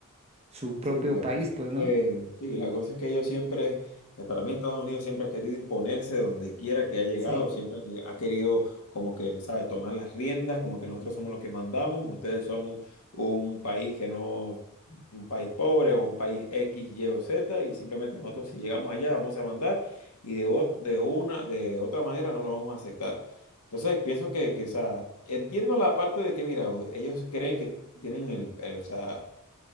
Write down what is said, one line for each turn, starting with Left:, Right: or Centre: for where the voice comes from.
Right: su propio
Left: Sí, la
Right: país,
Left: cosa
Right: pues,
Left: es
Right: ¿no?
Left: que, sí, la cosa es que ellos siempre, eh, para mí Estados Unidos siempre ha querido imponerse donde quiera que ha llegado,
Right: Sí.
Left: siempre ha ha querido como que, ¿sabes?, tomar las riendas, como que nosotros somos los que mandamos, ustedes son un, un país que no, un país pobre o un país X, Y o Z, y simplemente nosotros si llegamos allá vamos a mandar y de, ot- de una, de otra manera no lo vamos a aceptar. Entonces, pienso que, que, o sea, entiendo la parte de que, mira, o- ellos creen que tienen el, el, o sea,